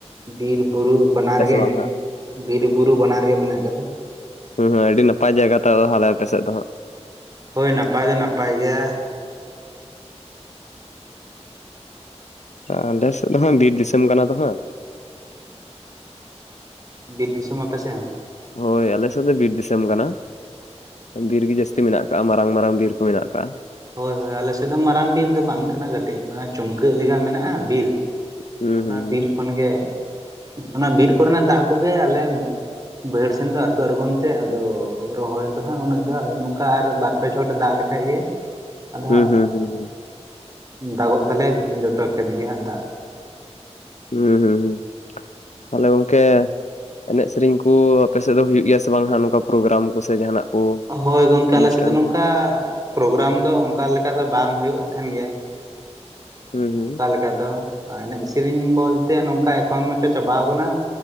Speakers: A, on the right (about 30°); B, on the left (about 85°).
A: ᱵᱤᱨ ᱵᱩᱨᱩ ᱵᱟᱱᱟᱨ ᱜᱮ
B: ᱵᱟᱝ ᱦᱟᱸᱜ
A: <inaudible> ᱵᱤᱨ ᱵᱩᱨᱩ ᱵᱟᱱᱟᱨ ᱜᱮ ᱢᱮᱱᱟᱜ ᱟᱠᱟᱫᱟ᱾
B: ᱦᱩᱸ ᱦᱩᱸ ᱟᱹᱰᱤ ᱱᱟᱯᱟᱭ ᱡᱟᱭᱜᱟ ᱛᱚ ᱛᱟᱦᱞᱮ ᱟᱯᱮ ᱥᱮᱫ ᱫᱚ ᱦᱟᱸᱜ᱾
A: ᱦᱳᱭ ᱱᱟᱯᱟᱭ ᱫᱚ ᱱᱟᱯᱟᱭ ᱜᱮᱭᱟ᱾
B: ᱦᱩᱸ ᱟᱞᱮ ᱥᱮᱫ ᱫᱚ ᱦᱟᱜ ᱵᱤᱨ ᱫᱤᱥᱚᱢ ᱠᱟᱱᱟ ᱫᱚ ᱦᱟᱸᱜ᱾
A: ᱵᱤᱨ ᱫᱤᱥᱚᱢ ᱟᱯᱮ ᱥᱮ ᱦᱚᱸ?
B: ᱦᱳᱭ ᱟᱞᱮᱥᱮᱫ ᱫᱚ ᱵᱤᱨ ᱫᱤᱥᱚᱢ ᱠᱟᱱᱟ᱾ ᱵᱤᱨ ᱜᱤ ᱡᱟᱹᱥᱛᱤ ᱢᱮᱱᱟᱜ ᱟᱠᱟᱟᱜᱼᱟ, ᱢᱟᱨᱟᱝ ᱢᱟᱨᱟᱝ ᱵᱤᱨ ᱠᱩ ᱢᱮᱱᱟᱜ ᱟᱠᱟᱟᱜ᱾
A: ᱦᱳᱭ ᱦᱳᱭ ᱟᱞᱮ ᱥᱮᱫ ᱫᱚ ᱢᱟᱨᱟᱝ ᱵᱤᱨ ᱫᱚ ᱵᱟᱝ ᱠᱟᱱᱟ, ᱠᱟᱹᱴᱤᱡ ᱪᱩᱢᱠᱟᱹᱜ ᱞᱮᱠᱟ ᱢᱮᱱᱟᱜᱼᱟ ᱵᱤᱨ,
B: ᱦᱩᱸ
A: ᱟᱫᱚ ᱚᱱᱟ
B: ᱦᱩᱸ
A: ᱵᱤᱨ ᱠᱷᱚᱱ ᱜᱮ, ᱚᱱᱟ ᱵᱤᱨ ᱠᱚᱨᱮᱱᱟᱜ ᱫᱟᱜ ᱠᱚᱜᱮ ᱟᱞᱮᱼᱼ ᱵᱟᱹᱭᱦᱟᱹᱲ ᱥᱮᱱ ᱫᱚ ᱟᱹᱛᱩ ᱟᱬᱜᱚᱢ ᱛᱮ ᱟᱫᱚ ᱨᱚᱦᱚᱭ ᱫᱚ ᱦᱟᱸᱜ ᱩᱱᱟᱹᱜ ᱫᱚ ᱱᱚᱝᱠᱟ ᱟᱨ ᱵᱟᱨᱼᱼ ᱟᱯᱮ ᱪᱷᱚᱴ ᱮ ᱫᱟᱜ ᱞᱮᱠᱷᱟᱡ ᱜᱮ ᱟᱫᱚ
B: ᱦᱩᱸ
A: ᱦᱟᱸᱜ
B: ᱦᱩᱸ ᱦᱩᱸ ᱦᱩᱸ ᱦᱩᱸ
A: ᱫᱟᱜᱚᱜ ᱛᱟᱞᱮᱭᱟ ᱡᱚᱛᱚ ᱠᱷᱮᱛ ᱜᱮ ᱦᱟᱸᱜ ᱫᱟᱜᱼᱼ
B: ᱦᱩᱸ ᱦᱩᱸ ᱦᱩᱸ ᱛᱟᱦᱞᱮ ᱜᱚᱝᱠᱮᱼᱼ ᱮᱱᱮᱡ ᱥᱮᱨᱤᱧ ᱠᱩ ᱟᱯᱮᱥᱮᱫ ᱫᱚ ᱦᱩᱭᱩᱜ ᱜᱮᱭᱟ ᱥᱮ ᱵᱟᱝ ᱦᱟᱜ ᱱᱚᱝᱠᱟ ᱯᱨᱳᱜᱨᱟᱢ ᱠᱚ ᱥᱮ ᱡᱟᱦᱟᱱᱟᱜ᱾ ᱠᱚ?
A: ᱦᱳᱭ ᱜᱚᱝᱠᱮ
B: ᱚᱱᱩᱥᱴᱷᱟᱱ
A: ᱟᱞᱮᱥᱮᱫ ᱫᱚ ᱱᱚᱝᱠᱟ
B: ᱠᱚ
A: ᱯᱨᱳᱜᱨᱟᱢ ᱫᱚ ᱚᱱᱠᱟ ᱞᱮᱠᱟ ᱫᱚ ᱵᱟᱝ ᱦᱩᱭᱩᱜ ᱛᱟᱦᱮᱱ ᱜᱮᱭᱟ᱾
B: ᱦᱩᱸ ᱦᱩᱸ
A: ᱚᱱᱠᱟ ᱞᱮᱠᱟ ᱫᱚ ᱮᱱᱮᱡ ᱥᱮᱨᱮᱤᱧ ᱵᱚᱞᱛᱮ ᱱᱚᱝᱠᱟ ᱮᱠᱷᱚᱱ ᱢᱟᱪᱚ ᱪᱟᱵᱟᱣ ᱠᱟᱱᱟ᱾